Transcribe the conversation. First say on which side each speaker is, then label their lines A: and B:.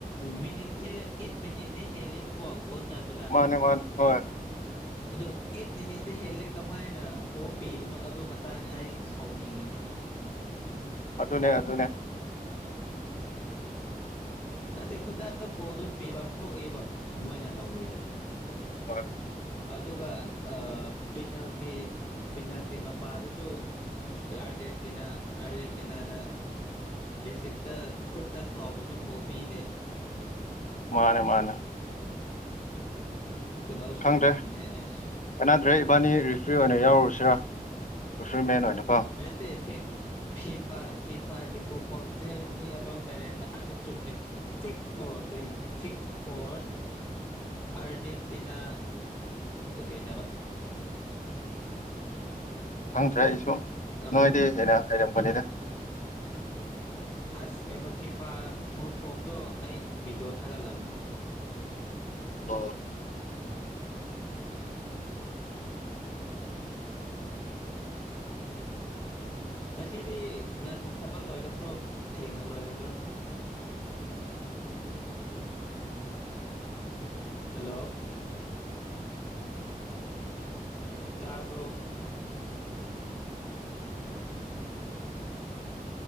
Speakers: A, on the left (about 40°); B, on the left (about 55°).
A: ꯃꯤꯅꯤꯠꯁꯦ ꯑꯦꯠ ꯃꯤꯅꯤꯠꯗ ꯍꯦꯜꯂꯦꯕꯀꯣ ꯒꯣꯜ ꯆꯥꯟꯕꯗ
B: ꯃꯥꯅꯦ ꯃꯥꯅꯦ ꯍꯣꯏ
A: <inaudible> ꯑꯗꯣ ꯑꯦꯠ ꯃꯤꯅꯤꯠꯇ ꯍꯦꯂꯦ ꯀꯃꯥꯏꯅ ꯐꫭꯜ ꯄꯤꯕꯅꯣ ꯑꯗꯨ ꯃꯇꯥꯡꯗ ꯑꯩ ꯁꯥꯎꯅꯤꯡꯉꯁꯦ
B: ꯑꯗꯨꯅꯦ ꯑꯗꯨꯅꯦ
A: ꯅꯠꯇꯦ ꯈꯨꯗꯛꯇ ꯐꯣꯗꯨ ꯄꯤꯕꯝ ꯊꯣꯛꯑꯦꯕ ꯃꯣꯏꯅ ꯇꯧꯔꯤꯁꯦ
B: ꯍꯣꯏ
A: ꯑꯗꯨꯒ ꯄꯤꯅꯦꯜꯇꯤ ꯄꯤꯅꯦꯜꯇꯤ ꯃꯄꯥꯗꯁꯨ ꯑꯥꯔꯖꯦꯟꯇꯤꯅꯥ ꯑꯔꯖꯦꯟꯇꯤꯅꯥꯅ ꯏꯖꯤꯞꯇ ꯈꯨꯠꯇ ꯀꯥꯎꯕꯁꯨ ꯐꯣ ꯄꯤꯗꯦ
B: ꯃꯥꯅꯦ ꯃꯥꯅꯦ
A: ꯈꯨꯗꯥꯎ ꯁꯥꯎꯅꯤꯡꯕꯅꯦ
B: ꯈꯪꯗ꯭ꯔꯦ
A: ꯑꯁ
B: ꯀꯅꯗ꯭ꯔꯦ ꯏꯕꯥꯅꯤ ꯐ꯭ꯔꯤ ꯑꯣꯏꯅ ꯌꯥꯎꯔꯨꯁꯤꯔꯥ ꯔꯤꯐ꯭ꯔꯔꯤꯃꯦꯟ ꯑꯣꯏꯅꯀꯣ
A: ꯑꯠꯇ ꯐ ꯐꯤꯐꯥ ꯐꯤꯐꯥꯒꯤ ꯄꯨ ꯐꯣꯝꯁꯦ ꯃꯤ ꯑꯇꯣꯝ ꯇꯔꯦ ꯍꯥꯟꯗꯤ ꯆꯨꯝꯃꯦ ꯁꯤꯛꯁ ꯐꯣꯔ ꯇ ꯌꯥ ꯁꯤꯛꯁ ꯐꯣꯔ ꯑꯥꯔꯖꯦꯟꯇꯤꯅꯥ ꯀ ꯀꯩ ꯍꯥꯏꯕ
B: ꯈꯪꯗ꯭ꯔꯦ ꯑꯩꯁꯨ
A: ꯑ
B: ꯅꯣꯏꯗꯤ ꯍꯦꯟꯅ ꯍꯔꯝꯕꯅꯤꯗ
A: ꯑꯁ ꯀꯩꯅꯣ ꯐꯤꯐꯥ ꯐꯨꯜ ꯐꯣꯝꯗꫭ ꯑꯩ ꯚꯤꯗꯤꯌꫭ ꯊꯥꯒꯠꯂꯕꯅꯦ
B: ꯍ
A: ꯉꯁꯤꯗꯤ ꯉꯟꯅ ꯊꯕꯛ ꯂꯣꯏꯒꯗ꯭ꯔꯣ ꯊꯦꯡꯅ ꯂꯣꯏꯒꯗ꯭ꯔꯣ ꯍꯜꯂꯣ ꯇꯥꯕ꯭ꯔꫭ